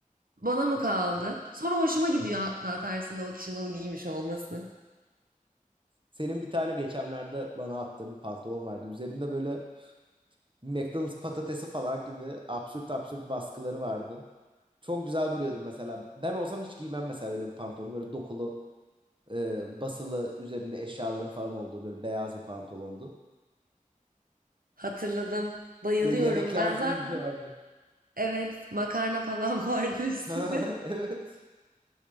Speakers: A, on the right; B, on the right.
A: bana mı kaldı? Sonra hoşuma gidiyor hatta tersinde o kişinin onu giymiş olması.
B: Senin bir tane geçenlerde bana attığın bir pantolon vardı. Üzerinde böyle McDonald's patatesi falan gibi absürt absürt baskıları vardı. Çok güzel duruyordu mesela. Ben olsam hiç giymem mesela öyle bir pantolonu. Böyle dokulu, e, basılı, üzerinde eşyaların falan olduğu böyle beyaz bir pantolondu.
A: Hatırladım. Bayılıyorum.
B: Böyle yemekler
A: Ben
B: gibi
A: zaten
B: bir şey vardı.
A: evet makarna falan <laughs> vardı üstünde.
B: <laughs> Evet.